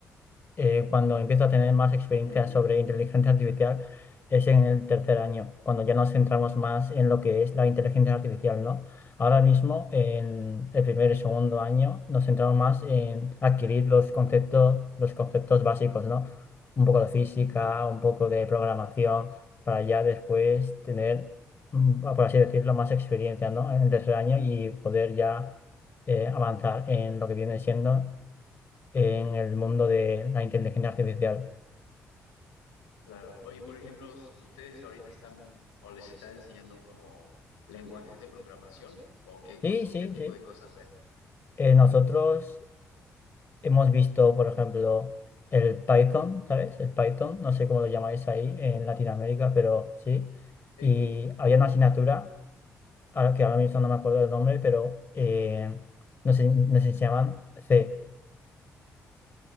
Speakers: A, on the left (about 35°); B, on the left (about 80°).
A: eh, cuando empiezo a tener más experiencia
B: Ujú.
A: sobre inteligencia artificial es en el tercer año, cuando ya nos centramos más en lo que es la inteligencia artificial, ¿no? Ahora mismo, en el primer y segundo año, nos centramos más en adquirir los conceptos, los conceptos básicos, ¿no? Un poco de física, un poco de programación, para ya después tener, mm, por así decirlo, más experiencia, ¿no? En el tercer año y poder ya eh, avanzar en lo que viene siendo en el mundo de la inteligencia artificial.
B: Claro. Oye, por ejemplo, s- ¿ustedes ahorita están o les están enseñando como lenguajes de programación o qué cos-
A: Sí, sí,
B: qué tipo
A: sí.
B: de cosas ven?
A: Eh,
B: Ah,
A: nosotros hemos visto, por ejemplo, el Python, ¿sabes? El Python, no sé cómo lo llamáis ahí en Latinoamérica, pero sí.
B: ¿Sí?
A: Y había una asignatura, ahora que ahora mismo no me acuerdo del nombre, pero eh, nos, en- nos enseñaban C,